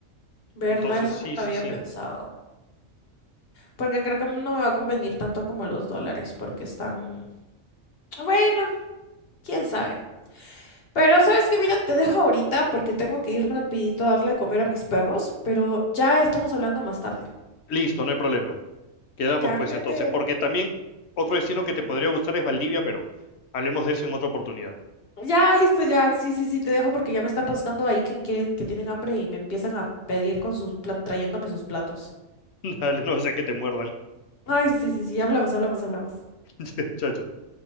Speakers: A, on the left (about 50°); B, on the left (about 65°).
A: ¿Verdad?
B: Entonces,
A: Eso
B: sí,
A: no lo
B: sí,
A: había
B: sí.
A: pensado. Porque creo que no me va a convenir tanto como los dólares, porque están... Bueno, quién sabe. Pero sabes que, mira, te dejo ahorita porque tengo que ir rapidito a darle a comer a mis perros, pero ya estamos hablando más tarde.
B: Listo, no hay problema. Quedamos
A: Ya,
B: pues
A: cuídate.
B: entonces, porque también otro destino que
A: Mm.
B: te podría gustar es Valdivia, pero hablemos de eso en otra oportunidad.
A: Ya, listo, ya. Sí, sí, sí, te dejo porque ya me están rascando ahí que quieren, que tienen hambre y me empiezan a pedir con sus platos, trayéndome sus platos.
B: <laughs> Dale, no sé que te muerdan.
A: Ay, sí, sí, sí, hablamos, hablamos, hablamos.
B: <laughs> Chao, chao.